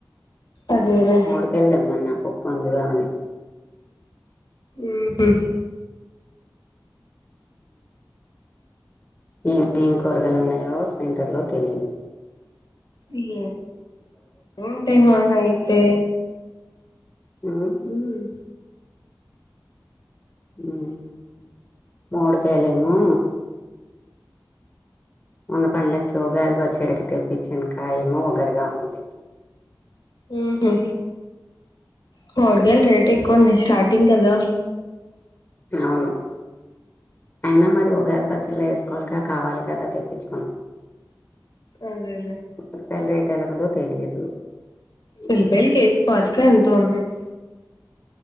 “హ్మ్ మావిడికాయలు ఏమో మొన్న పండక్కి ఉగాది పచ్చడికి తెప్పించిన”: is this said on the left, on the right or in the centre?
Left